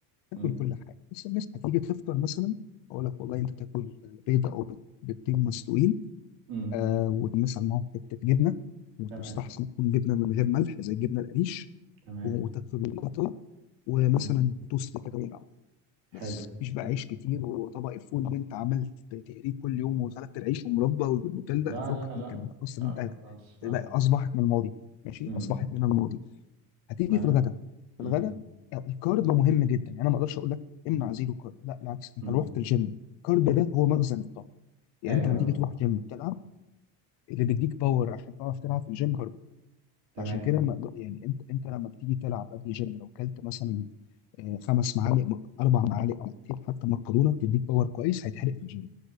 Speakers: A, on the left; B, on the right.
A: تاكل
B: امم
A: كل حاجه بس الناس هتيجي تفطر مثلا اقول لك والله انت تاكل بيضه او بيض- بيضتين مسلوقين
B: امم
A: آه ومثلا معاهم حته جبنه وتستحسن
B: تمام
A: تكون جبنه من غير ملح زي الجبنه القريش
B: تمام
A: وتكتب القطة ومثلا
B: امم
A: توست كده ويبقى
B: حلو
A: بس مفيش بقى
B: مم.
A: عيش كتير وطبق الفول اللي انت عملت تقليه كل يوم وخلطت العيش ومربى والنوتيلا
B: لا
A: فكك
B: لا لا
A: من الكلام ده اصلا
B: لا
A: انت
B: لا
A: هت-
B: خلاص اه
A: بقى اصبحت من الماضي ماشي
B: امم
A: اصبحت من الماضي هتيجي
B: ما
A: في الغداء في
B: امم
A: الغداء الكارب مهم جدا يعني انا ما اقدرش اقول لك امنع زيرو كارب لا بالعكس انت
B: امم
A: لو رحت الجيم الكارب ده هو مخزن الطاقه يعني
B: ايوه
A: انت لما تيجي
B: آه.
A: تروح جيم تلعب اللي بيديك باور عشان تعرف تلعب في الجيم كارب
B: تمام
A: عشان كده ما أقدر- يعني انت انت لما بتيجي تلعب قبل الجيم لو كلت مثلا آه، خمس معالق م- اربع معالق مقتين حتى مكرونه تديك باور كويس هيتحرق في الجيم